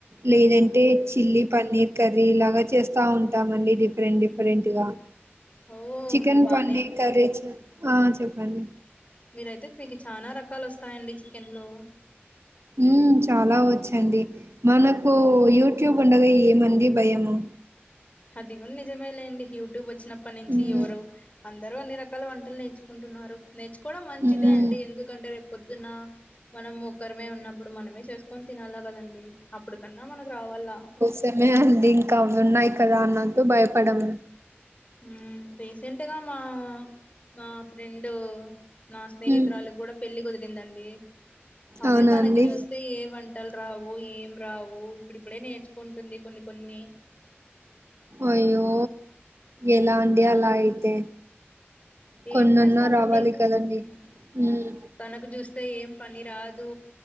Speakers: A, on the right; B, on the left.
A: లేదంటే చిల్లీ పన్నీర్ కర్రీ ఇలాగా చేస్తా ఉంటామండి డిఫరెంట్ డిఫరెంట్ గా.
B: ఓ
A: చికెన్
B: మీరు బానే
A: వన్నీ కరేజ్ ఆ చెప్పండి
B: మీరయితే మీరు చాన రకాలు వస్తాయండి చికెన్లో.
A: ఉ చాలా వచ్చండి. మనకు యూట్యూబ్ ఉండగా ఏమండి భయము.
B: అది కూడ్ నిజమే లేండి యూట్యూబ్ వచ్చినప్పటి నుంచి
A: మ్మ్
B: ఎవరు అ అందరు అన్ని రకాల వంటలు నేర్చుకుంటున్నారు. నేర్చుకోవడం మంచిదే
A: మ్మ్
B: అండి ఎందు కంటే రేప్ పొద్దునా మనం ఒక్కరిమే ఉన్నప్పుడు మనమే చేసుకొని తినాల కదండి. అప్పుడు కన్నా మనకు రావల్ల.
A: తమే అంది ఇంకా అవి ఉన్నాయి కదా అన్నట్టు భయపడం.
B: ఉ రీసెంట్గా మా మా ఫ్రెండు నా స్నేహితురాలుకి
A: ఉమ్
B: కూడ పెళ్లి కుదిరిందండి. అదే
A: అవునా
B: తనకి
A: అండి
B: చూస్తే ఏవన్ ల్ రావు ఏం రావు ఇప్పుడు ఇప్పుడే నేర్చుకుంటుంది కొన్ని కొన్ని
A: అయ్యో ఎలా అండి
B: ఆ
A: అలా అయితే
B: ఏం
A: కొన్నన్నా
B: చేస్తామండి
A: రావాలి కదండి
B: ఉ
A: హ్మ్
B: తనకు చూస్తే ఏం పని రాదు,